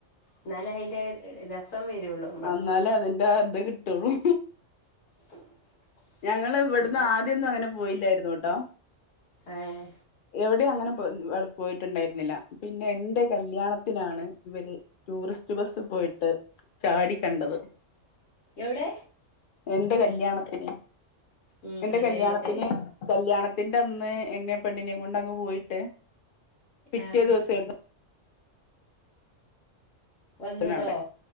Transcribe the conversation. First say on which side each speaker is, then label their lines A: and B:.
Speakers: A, on the left; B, on the left.
A: ഇന്നാലേ അതിന്റെ രസം വരുള്ളു
B: ഇന്നാലേ അതിന്റെ അത് കിട്ടെള്ളൂ
A: <inaudible>
B: ഞങ്ങള് ഇവിടുന്ന്
A: ങ്ങട്ട്
B: ആദ്യൊന്നും അങ്ങനെ പോയില്ലായിരുന്നു ട്ടോ
A: ഏഹ്
B: എവിടെയും അങ്ങനെ പോയിട്ടുണ്ടായിരുന്നില്ല പിന്നെ എന്റെ കല്യാണത്തിനാണ് ഇവര് ടൂറിസ്റ്റ് ബസ്സ് പോയിട്ട് ചാടി കണ്ടത്
A: എവിടെ
B: എന്റെ കല്യാണത്തിന്
A: ഉം
B: എന്റെ
A: അതെ
B: കല്യാണത്തിന്
A: അതെ
B: കല്യാണത്തിന്റെ അന്ന് എന്നെ പെണ്ണിനെ കൊണ്ടങ്ങ് പോയിട്ട് പിറ്റേ
A: ആഹ്
B: ദിവസെയിരുന്നു
A: വന്നതോ
B: ന്നെവിടെ